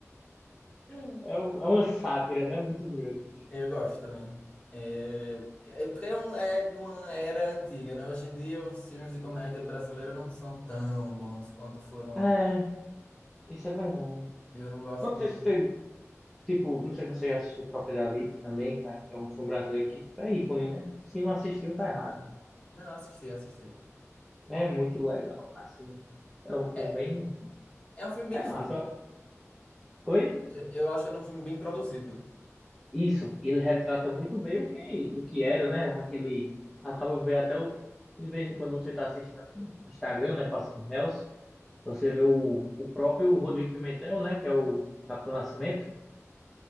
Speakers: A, on the left; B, in the centre.
A: Hum.
B: É, um- é uma sátira, né? Muito grande.
A: Eu gosto também. É, é porque é, um, é de uma era antiga, né? Hoje em dia os filmes de comédia brasileira não são tão bons quanto foram
B: É,
A: antes.
B: isso é verdade.
A: Eu não gosto
B: Eu Não
A: muito.
B: sei se você, tipo, não sei se você já assistiu Tropa de Elite também, cara, que é um filme brasileiro que, tipo, é ícone, né? Se não assistiu,
A: disso.
B: tá errado.
A: Não, assisti, assisti.
B: É muito legal, assim. É um filme
A: É,
B: bem.
A: é um filme bem
B: É massa.
A: feito.
B: Oi?
A: Eu acho ele um filme bem produzido.
B: Isso, ele retrata muito bem o que, o que era, né? Aquele. Acaba ver até o. De vez em quando você tá assistindo assim, no Instagram, né? Passando Reels, você vê o, o próprio Rodrigo Pimentel, né? Que é o Capitão Nascimento,